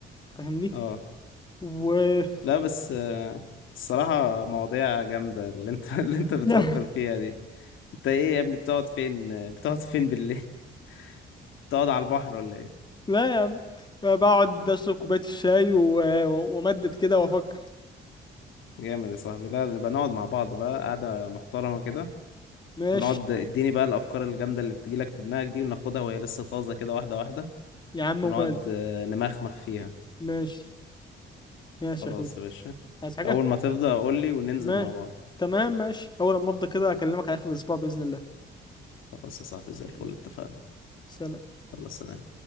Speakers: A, on the left (about 20°); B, on the left (about 80°).
A: فاهمني
B: اه
A: و <laughs>
B: لا بس آه، الصراحة مواضيع جامدة اللي انت <laughs> اللي انت بتفكر
A: لا
B: فيها دي انت ايه يا ابني بتقعد فين بتقعد فين بالليل <laughs> بتقعد على البحر ولا ايه
A: لا يا عم بقعد اشرب كوبايه الشاي و... وامدد كده وافكر
B: جامد يا صاحبي لا نبقى نقعد مع بعض بقى قعدة محترمة كده
A: ماشي
B: ونقعد اديني بقى الأفكار الجامدة اللي بتجيلك في دماغك دي وناخدها وهي لسه طازة كده واحدة واحدة
A: يا عم
B: ونقعد
A: وماله
B: آه، نمخمخ فيها
A: ماشي ماشي
B: خلاص
A: يا اخوي
B: يا باشا
A: عايز حاجه
B: أول ما تفضى قول لي وننزل
A: ماشي
B: مع بعض
A: تمام ماشي اول لما افضى كده اكلمك على اخر الاسبوع باذن الله
B: خلاص يا صاحبي زي الفل
A: ماشي
B: اتفقنا
A: سلام
B: يلا سلام